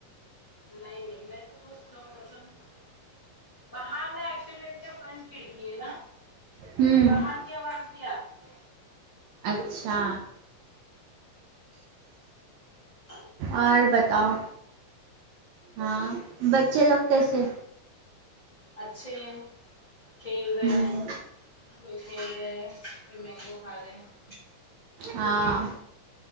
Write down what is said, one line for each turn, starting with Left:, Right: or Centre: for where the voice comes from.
Left: نہیں نہیں میں تو بس مطلب باہر نا ایکسیمزیم بن کیجیے نا
Right: ہوں
Left: تو باہر کی آواز بھی آتی ہے
Right: اچھا
Left: ہاں
Right: اور بتاؤ ہاں
Left: سب ٹھیک
Right: بچے
Left: ہے
Right: لوگ کیسے
Left: اچھے ہیں کھیل رہے
Right: ہوں،
Left: ہیں کوئی کھھیل رہائے ہے کوئی مینگو کھا رہے ہیں
Right: ہاں